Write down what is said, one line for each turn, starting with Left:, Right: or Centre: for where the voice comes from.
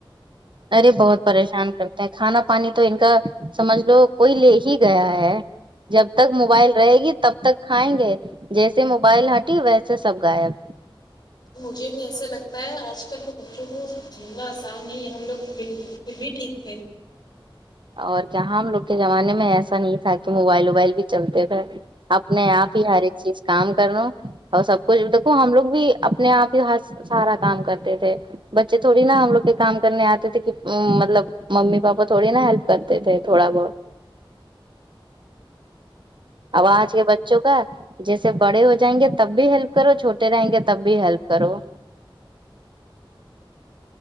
Right: ارے بہت پریشان کرتے ہیں کھانا پانی تو ان کا سمجھ لو کوئی لے ہی گیا ہے جب تک موبائل رہے گی تب تک کھائیں گے جیسے موبائل ہٹی ویسے سب گائب
Left: مجھے بھی ایسا لگتا ہے آج کل کے بچوں کو اتنا آسان نہیں ہے ہم لوگ پھر پھر بھی ٹھیک تھے
Right: اور کیا ہم لوگ کے زمانے میں ایسا نہیں تھا کہ موبائل وبائل بھی چلتے تھے اپنے آپ ہی ہر ایک چیز کام کر و اور سب کچھ دیکھو ہم لوگ بھی اپنے آپ ہی ہاتھ سارا کام کرتے تھے بچے تھوڑی نا ہم لوگ کے کام کرنے آتے تھے کہ مطلب ممی پاپا تھوڑی نا ہیلپ کرتے تھے تھوڑا بہت آواز یہ بچوں کا جیسے بڑے ہو جائیں گے تب بھی ہیلپ کرو چھوٹے رہیں گے تب بھی ہیلپ کرو